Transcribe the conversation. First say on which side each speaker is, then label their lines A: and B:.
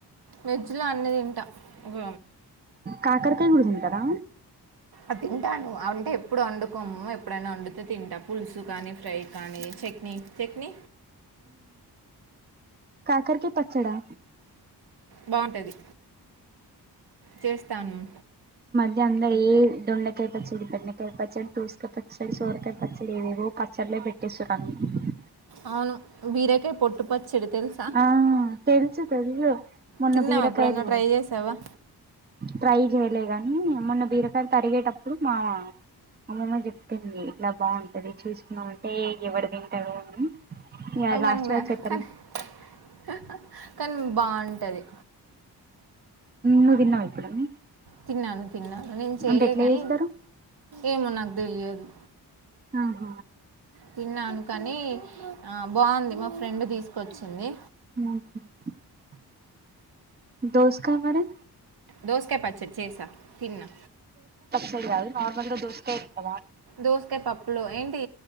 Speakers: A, on the right; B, on the right.
A: వెజ్ లో అన్నీ తింటా ఒక
B: కాకర్కాయ కూడా తిన్టారా?
A: అ తింటాను అంటే ఎప్పుడు వండుకోము ఎప్పుడైనా వండుతే తింటా పులుసు ఉత్తు కానీ ఫ్రై కానీ చట్నీ చట్నీ
B: కాకర్కాయ పచ్చడా
A: బావుంటది చేస్తాను.
B: ఇది అందరి ఏ దొండకాయ పచ్చడి, బెండకాయ పచ్చడి, దోసకాయ పచ్చడి, సోరకాయ పచ్చడి ఏవేవో పచ్చడలే పెట్టేశరన్ మీకి
A: అవును బీరకాయ్ పొట్టు పచ్చడి తెలుసా?
B: ఆ తెలుసు తదియొ మొన్న
A: తిన్నాం
B: బీరకాయలె
A: ఎప్పుడైనా ట్రై చేసావా
B: ట్రై చేయలే గాని మొన్న బీరకాయ తన్ తరిగేటప్పుడు మావ అమమ్మ చెప్పింది ఇట్లా బావుంటది చూసుకున్నామంటే ఎవడు తింటారు అని ఇగ
A: అవి
B: లాస్ట్య
A: మనకు న-
B: చెప్
A: కానీ హ్హ్ కానీ బావుంటది.
B: నువ్ తిన్న ఎప్పుడన్నా?
A: తిన్నాను తిన్నాను నేను చేయలే
B: అంటే ఎట్లా
A: గాని
B: చేస్తారు
A: ఏమో నాకు తెలియదు.
B: ఆహ
A: తిన్నాను కానీ ఆ బావుంది మా ఫ్రెండ్ తీసుకొచ్చింది.
B: <unintelligible> దోసకాయ మరి
A: దోసకాయ్ పచ్చడి చేసా తిన్నా
B: ఇప్పుడు కాదు నార్మంద దోస్తా ఇతవా
A: దోసకాయ పప్పులో ఏంటి